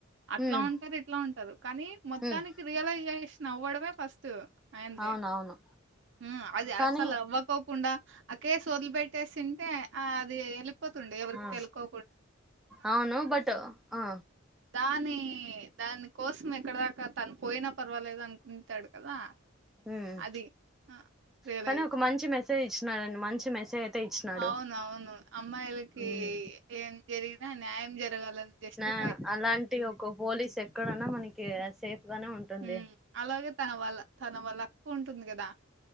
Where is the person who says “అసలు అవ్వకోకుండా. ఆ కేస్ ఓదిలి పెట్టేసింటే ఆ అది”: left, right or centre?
Right